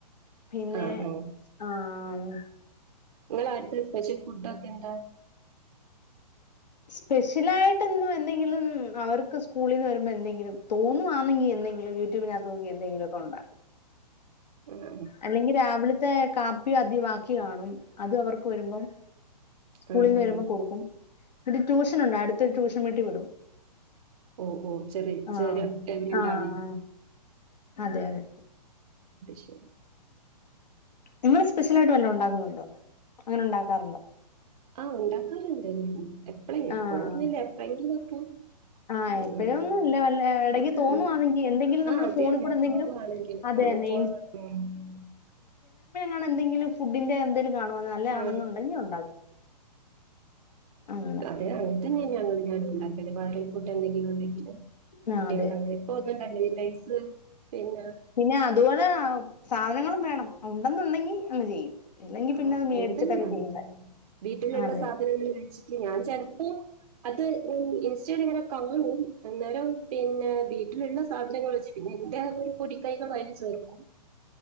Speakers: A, on the left; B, on the right.
A: പിന്നെ
B: ആണോ
A: ആഹ്
B: ഇങ്ങളെ അട്ത്തെ സ്പെഷ്യൽ ഫുഡൊക്കെ എന്താ
A: സ്പെഷ്യലായിട്ട് എന്തും എന്തെങ്കിലും അവർക്ക് സ്കൂളീന്ന് വരുമ്പോ എന്തെങ്കിലും തോന്നുവാന്നെങ്കി എന്തെങ്കിലും യൂട്യൂബിനകത്ത് നോക്കി എന്തെങ്കിലും ഒക്കെ ഒണ്ടാക്കും
B: ആ
A: അല്ലെങ്കി രാവിലത്തെ കാപ്പി അദി ബാക്കി കാണും അത് അവർ ക്കു വെരുമ്പം സ്കൂളിന്ന്
B: ആ ആ
A: വെരുമ്പം കൊട്ക്കും ഇവടെ ട്യൂഷൻ ഉണ്ട് അട്ത്തൊരു ട്യൂഷൻ വീട്ടി വിടും
B: ഓ ഓ ചെറി <unintelligible>
A: ആഹ്
B: എവിടെണ്ടാണെ
A: ആഹ് അതെ അതെ
B: ശരി
A: ഇങ്ങൾ സ്പെഷ്യൽ ആയിട്ട് വല്ലോം ഉണ്ടാകുന്നു ണ്ടോ അങ്ങനെ ഉണ്ടാക്കാറുണ്ടോ
B: ആ ഉണ്ടാക്കാർണ്ട് എപ്പളെങ്കിലും എപ്പൊയൊന്നില്ല
A: ആഹ്
B: എപ്പഴെങ്കിലും ഒക്കെ
A: ആഹ്
B: <unintelligible>
A: എപ്പോഴൊന്നും ഇല്ല വല്ല ഇടയ്ക്ക്
B: അതെന്നെ
A: തോന്നുവാണെങ്കിൽ എന്തെങ്കിലും
B: ആ
A: നമ്മൾ
B: അതെന്നെ
A: ഫോണിൽ കൂടെ എന്തെങ്കിലും
B: തോന്നുവാണെങ്കിൽ
A: അതെ
B: ആ
A: തന്നെ
B: ഫോൺ <unintelligible>
A: ആണ് എന്തെിലും ഫുഡിന്റെ എന്തെ കാണുവാന്നെ നല്ലയാണെന്നുണ്ടെങ്കി
B: ആ
A: ഒണ്ടാകും അങ്ങനെ
B: തെ അങ്ങൻ തെന്നെ ഞാനും ഞാനും ഉണ്ടാക്കൽ <unintelligible> ഫുഡ് എന്തെങ്കിലും ഉണ്ടെങ്കിൽ
A: ആഹ്
B: കുട്ടികൾക്ക്
A: അതെ
B: അങ്ങനെ ഇപ്പൊ ഒന്നും ഇണ്ടാക്കൽ ഇല്ല ലൈസ് പിന്നെ
A: പിന്നെ അതുപോലെ സാധനങ്ങളും വേണം ഉണ്ടെന്നുണ്ടെങ്കി അങ്ങ് ചെയ്യും ഇല്ലെങ്കി
B: ആ
A: പിന്നെ അത് മേടിച്ചിട്ടൊക്കെ
B: അങ്ങന തന്നെയാൺ
A: ചെയ്യണ്ടേ
B: വീട്ടിൽ ഉള്ള
A: അതെ
B: സാധനങ്ങൾ വെച്ചിട്ട് ഞാൻ ചെൽപ്പോ അത് ഇൻസ്റ്റെൽ ഇങ്ങനെ കാണും അന്നേരം പിന്നെ വീട്ടിലുള്ള സാധനങ്ങൾ വെച്ച് പിന്നെ ഇന്റെ ഒര് പൊടിക്കൈകളും അയിൽ ചേർക്കും